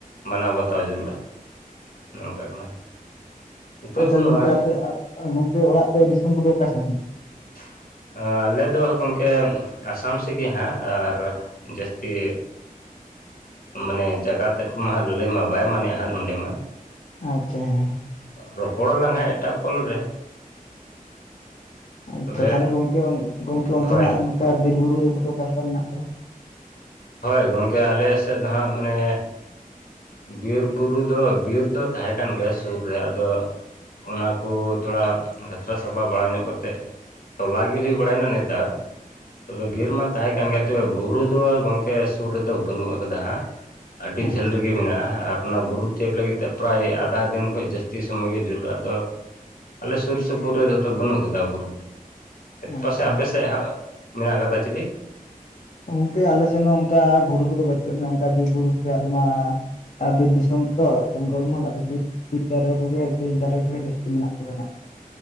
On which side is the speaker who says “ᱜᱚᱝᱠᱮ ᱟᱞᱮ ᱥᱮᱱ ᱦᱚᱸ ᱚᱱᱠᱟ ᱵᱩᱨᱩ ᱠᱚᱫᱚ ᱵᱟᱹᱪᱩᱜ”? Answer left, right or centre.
Left